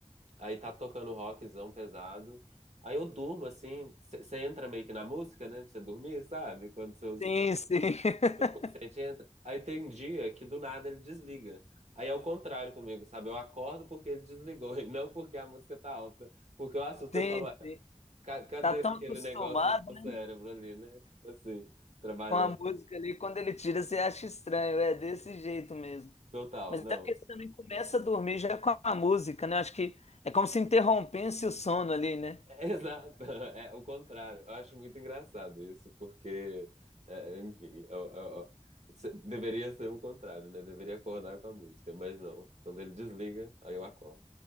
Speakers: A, on the right (about 75°); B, on the left (about 70°).
A: aí tá tocando rockzão pesado. Aí eu durmo assim, você entra meio que na música, né? Pra você dormir, sabe? Quando seus
B: Sim, sim. <laughs>
A: a gente entra. Aí tem um dia que do nada ele desliga. Aí é o contrário comigo, sabe? Eu acordo porque ele desligou <laughs> e não porque a música tá alta. Porque eu assusto,
B: Sim,
A: eu falo, "Ué,
B: sim.
A: ca- cadê
B: Tá tão
A: aquele
B: acostumado,
A: negócio do meu
B: né,
A: cérebro ali, né? Assim, trabalhando.
B: com a música ali, quando ele tira, você acha estranho, é desse jeito mesmo.
A: Total,
B: Mas
A: não.
B: é porque você também começa a dormir já com a música, né? Acho que é como se interrompesse o sono ali, né?
A: <laughs> exato, é o contrário. Eu acho muito engraçado isso, porque, é, enfim, eu- eu- eu- se- deveria ser o contrário, né? Deveria acordar com a música, mas não. Quando ele desliga, aí eu acordo.